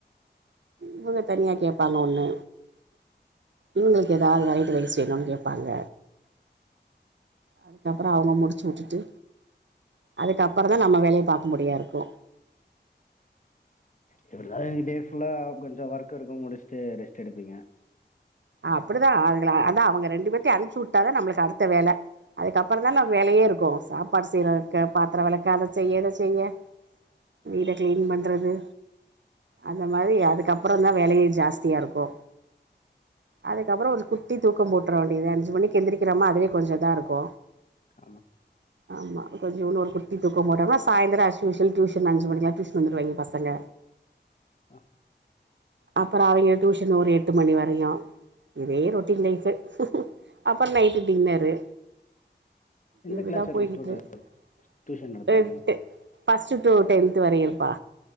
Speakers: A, on the right (about 80°); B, on the left (about 45°).
A: இவுங்க தனியா கேப்பாங்க ஒன்னு இவுங்களுக்கு ஏதாவது வெரைட்டி ரைஸ் வேணுன் கேப்பாங்க அதுக்கப்பற அவுங்க முடிச்சு வுட்டுட்டு அதுக்கப்பறந்தா நம்ம வேலைய பாக் முடியாருக்கு
B: எப்டிதா டே ஃபுல்லா கொஞ்ச ஒர்க் இருக்கு முடிஸ்டு ரெஸ்ட் எடுப்பிங்க
A: அப்புடிதா அதுகள அதா அவங்க ரெண்டு பேத்தியு அன்சுட்டாதா நம்மளுக்கு அடுத்த வேல அதுக்கப்பறந்தான நம்கு வேலையேருக்கு சாப்பாடு செய்றக்க பாத்திர வெளக்க அத செய்ய இத செய்ய வீட கிளீன் பண்றது அந்த மரி அதுக்கப்றந்தா வேலையே ஜாஸ்தியாருக்கு அதுக்கப்றோ ஒரு குட்டி தூக்கோ போட்ற வேண்டிதா அஞ்சு மணிக்கு எந்திரிக்றமா அதுவே கொஞ்சோ இதாருக்கு
B: ஆமா
A: ஆமா கொஞ்சோன் ஒரு குட்டி தூக்கோ போட்டமா சாய்ந்தரோ ஆஸ்யூஷ்வல் ட்யூஷன் அஞ்சு மணிக்லா ட்யூஷன் வந்துருவாய்ங்க பசங்க
B: ஆ
A: அப்பறோ அவிங்க டூஷன் ஒரு எட்டு மணி வர யு இதே ரொட்டின் லைஃபு அப்றோ நைட்டு டின்னரு
B: எந்த
A: இப்டி
B: கிளாஸ்
A: தா
B: வரைக்கு
A: போய்கிட்டு
B: ஸ்டூடெ
A: <unintelligible>
B: டியூஷன் நடத்துறீங்க
A: ஃப்ஸ்ட்டு டூ டென்த்து வரயு ப்பா